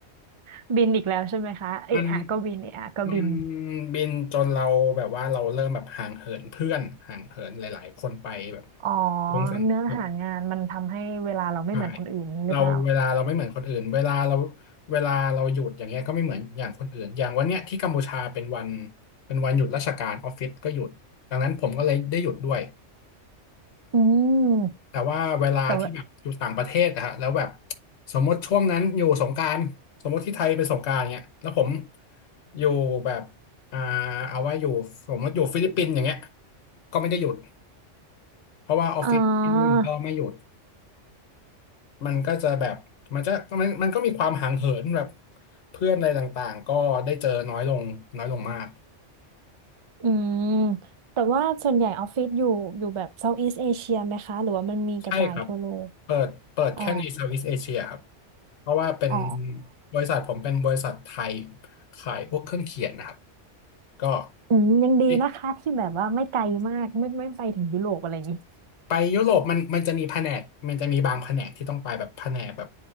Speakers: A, on the right (about 40°); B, on the left (about 65°).
A: <laughs> บินอีกแล้วใช่ไหมคะเอะอะก็บินเอะอะก็บิน
B: มันมันบินจนเราแบบว่าเราเริ่มแบบห่างเหินเพื่อนห่างเหินหลายๆคนไปแบบ
A: อ๋อ
B: วงสังแบบ
A: เนื้อหางานมันทำให้เวลาเราไม่เหมือนคนอื่นนี้หรือเปล่า
B: ใช่เราเวลาเราไม่เหมือนคนอื่นเวลาเราเวลาเราหยุดอย่างเงี้ยก็ไม่เหมือนอย่างคนอื่นอย่างวันเนี้ยที่กัมพูชาเป็นวันเป็นวันหยุดราชการออฟฟิศก็หยุดดังนั้นผมก็เลยได้หยุดด้วย
A: อืม
B: แต่ว่าเวลาที่แบบอยู่ต่างประเทศอะฮะแล้วแบบ
A: แต่ว่า
B: สมมติช่วงนั้นอยู่สงกรานต์สมมติที่ไทยเป็นสงกรานต์เนี่ยแล้วผมอยู่แบบอ่าเอาว่าอยู่สมมติอยู่ฟิลิปปินส์อย่างเงี้ยก็ไม่ได้หยุดเพราะว่าออฟฟิศที่นู่นก็ไม่หยุด
A: อ่า
B: มันก็จะแบบมันจะมันมันก็มีความห่างเหินแบบเพื่อนอะไรต่างๆก็ได้เจอน้อยลงน้อยลงมาก
A: อืมแต่ว่าส่วนใหญ่ออฟฟิศอยู่อยู่แบบเซาท์อีสเอเชียไหมคะหรือว่ามันมีกระจายทั่วโลก
B: ใช่ครับเปิดเปิดแค่ใน
A: อ๋อ
B: Southeast Asia ครับ เพราะว่าเป็น
A: อ๋อ
B: บริษัทผมเป็นบริษัทไทยขายพวกเครื่องเขียนนะครับ ก็
A: อืมยังดีนะคะที่แบบว่าไม่ไกลมากไม่ไม่ไปถึงยุโรปอะไรอย่างนี้
B: อิไปยุโรปมันมันจะมีแผนก มันจะมีบางแผนกที่ต้องไปแบบแผนกแบบ